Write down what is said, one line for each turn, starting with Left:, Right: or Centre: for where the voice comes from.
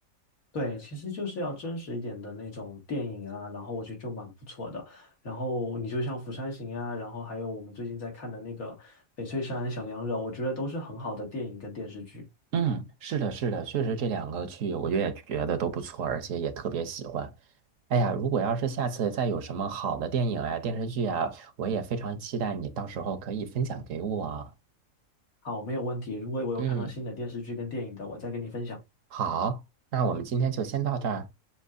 Left: 对，其实就是要真实一点的那种电影啊，然后我觉得就蛮不错的。然后你就像《釜山行》啊，然后还有我们最近在看的那个《翡翠山小娘惹》，我觉得都是很好的电影跟电视剧。
Right: 嗯，是的，是的，确实这两个剧，我也觉得都不错，而且也特别喜欢。哎呀，如果要是下次再有什么好的电影啊、电视剧啊，我也非常期待你到时候可以分享给我。
Left: 好，没有问题。如果我有看到新的电视剧跟电影的，
Right: 嗯，
Left: 我再跟你分享。
Right: 好，那我们今天就先到这儿，